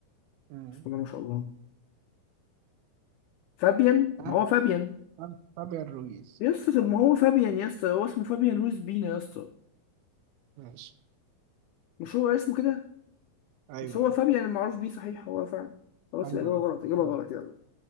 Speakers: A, on the right; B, on the left.
A: مم.
B: بسم الله ما شاء الله فابيان
A: ها
B: ما هو فابيان
A: فاب- فابيان رويز
B: يا اسطى طب ما هو فابيان يا اسطى هو اسمه فابيان لويس بينا يا اسطى
A: ماشي
B: مش هو اسمه كده
A: أيوة
B: مش هو
A: أيوة
B: فابيان المعروف بيه صحيح هو فعلا خلاص
A: أيوة
B: الإجابة
A: أيوة
B: غلط إجابة
A: يلا
B: غلط يلا